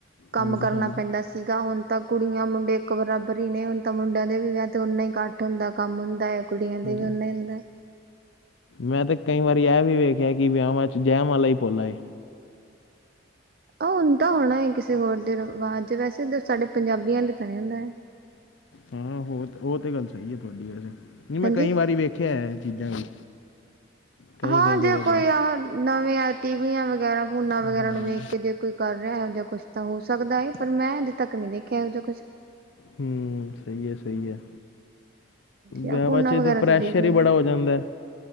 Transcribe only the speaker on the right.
ਕੰਮ
ਕਰਨਾ
ਪੈਂਦਾ ਸੀਗਾ। ਹੁਣ ਤਾਂ ਕੁੜੀਆਂ- ਮੁੰਡੇ ਇੱਕ ਬਰਾਬਰ ਹੀ ਨਹੀਂ ਹੁਣ ਤਾਂ ਮੁੰਡਿਆਂ ਦੇ ਵਿਆਹ ਤੇ ਨਾ ਹੀ ਘੱਟ ਹੁੰਦਾ ਕੰਮ ਹੁੰਦਾ ਹੈ। ਕੁੜੀਆਂ ਦੇ
ਵੀ ਉਨਾਂ ਹੀ ਹੁੰਦਾ।
ਉਹ ਤਾਂ ਹੋਣਾ ਹੈ ਕਿਸੇ ਹੋਰ ਦੇ ਰਿਵਾਜ਼ ਵੈਸੇ ਸਾਡੇ ਪੰਜਾਬੀਆਂ ਲਈ ਤਾਂ ਨਹੀਂ ਹੁੰਦਾ ਹੈ।
ਹਾਂਜੀ
ਹਾਂ,
ਜੇ ਕੋਈ
ਆਹ ਨਵੀਆਂ ਟੀਵੀਆਂ ਵਗੈਰਾ ਫੋਨਾ
ਵਗੈਰਾ ਨੂੰ ਵੇਖ ਕੇ ਜੇ ਕੋਈ ਕਰ ਰਿਹਾ ਹੋ ਜਾਂ ਕੁਛ ਤਾਂ ਹੋ ਸਕਦਾ ਹੈ ਏ ਪਰ ਮੈਂ ਅਜੇ ਤੱਕ ਨਹੀਂ ਦੇਖਿਆ ਇਹੋ ਜਿਹਾ ਕੁਛ।
ਜਾਂ
ਫੋਨਾਂ
ਵਗੈਰਾ
ਤਾਂ ਦੇਖ ਲਈਦਾ।